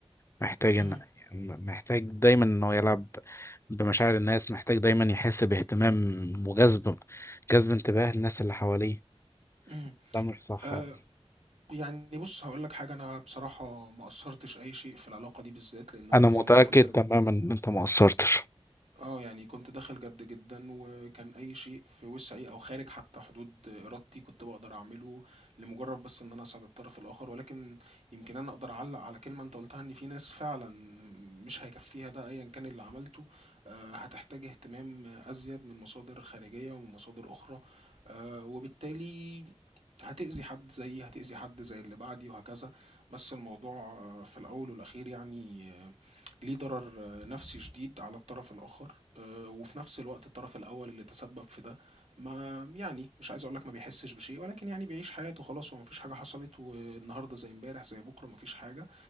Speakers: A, on the left; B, on the right.
A: محتاج إن
B: مهم.
A: محتاج دايما إنه يلعب بمشاعر الناس محتاج دايما يحس باهتمام وجذب جذب انتباه الناس اللي حواليه
B: مهم.
A: ده مش صح
B: أه
A: أبدا.
B: يعني بص هقول لك حاجه انا بصراحه ما اثرتش اي شيء في العلاقه دي بالذات لان انا
A: أنا متأكد
B: زي ما قلت لك انا
A: تماما إن أنت ما قصرتش
B: اه يعني كنت داخل جد جدا وكان اي شيء في وسعي او خارج حتى حدود ارادتي كنت بقدر اعمله لمجرد بس ان انا اساعد الطرف الاخر ولكن يمكن انا اقدر اعلق على كلمة انت قلتها ان في ناس فعلا مش هيكفيها ده ايا كان اللي عملته آه، هتحتاج اهتمام ازيد من مصادر خارجية ومن مصادر اخرى آه، وبالتالي هتأذي حد زيي هتأذي حد زي اللي بعدي وهكذا بس الموضوع آه، في الأول والأخير يعني ليه ضرر آه، نفسي شديد على الطرف الآخر آه، وفي نفس الوقت الطرف الأول اللي تسبب في ده ما يعني مش عايز أقولك ما بيحسش بشيء ولكن يعني بيعيش حياته خلاص هو مفيش حاجة حصلت والنهاردة زي امبارح زي بكرة مفيش حاجة